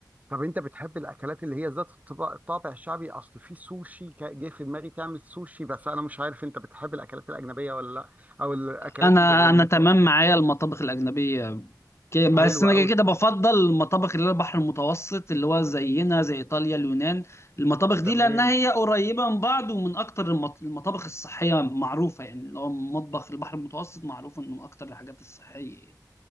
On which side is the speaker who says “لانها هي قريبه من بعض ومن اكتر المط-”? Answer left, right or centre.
Left